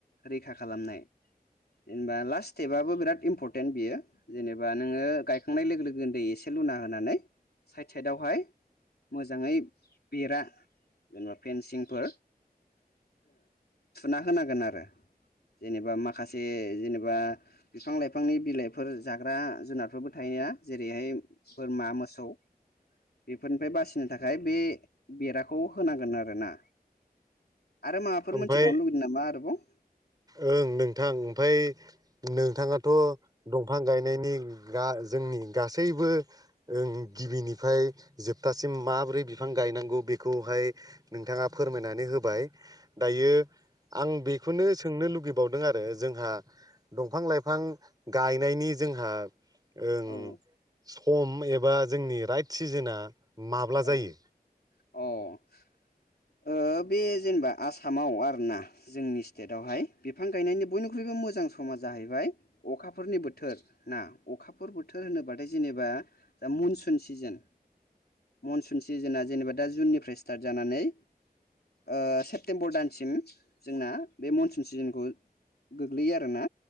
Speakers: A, on the left (about 80°); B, on the right (about 25°).
A: रैखा खालामनाय। जेनेबा लास्ट स्टेपाबबो बिराद इम्परटेन्ट बियो जेनेबा नोङो गायखांनाय लोगो लोगो दैै एसे लुना होनानै साइद साइदावहाय मोजाङै बेरा जेनेबा फेनसिंफोर थुना होनांगोन आरो जेनेबा माखासे जेनेबा बिफां लाइफांनि बिलाइफोर जाग्रा जुनाद बेफोरबो थायो ना जेरैहाय बोरमा मोसौ बेफोरनिफ्राय बासिनो थाखाय ओमफ्राय बे बेराखौ होनांगोन आरो ना। आरो माबाफोर
B: ओमफ्राय
A: मोनथिबावनो लुगैदों नामा आरोबाव
B: ओं नोंथां ओमफ्राय नोंथाङाथ' दंफां गायनायनि गा जोंनि गासैबो ओं गिबिनिफ्राय जोबथासिम माबोरै बिफां गायनांगौ बेखौहाय नोंथाङा फोरमायनानै होबाय। दायो आं बेखौनो सोंनो लुगैबावदों आरो जोंहा दंफां लाइफां गायनायनि जोंहा ओं
A: औ
B: सम एबा जोंनि राइट सिजोनआ माब्ला
A: औ
B: जायो
A: अ ओ बे जेनेबा आसामाव आरोना जोंनि स्टेटआवहाय बिफां गायनायनि बयनिख्रुइबो मोजां मोजां समा जाहैबाय अ अखाफोरनि बोथोर ना अखाफोर बोथोर होनोबाथाय जेनेबा मनसुन सिजोन मनसुन सिजोनना जेनेबा दा जुननिफ्राय स्टार्ट जानानै ओ सेप्तेम्बर दानसिम जोंना बे मनसुन सिजोनखौ गोग्लैयो आरोना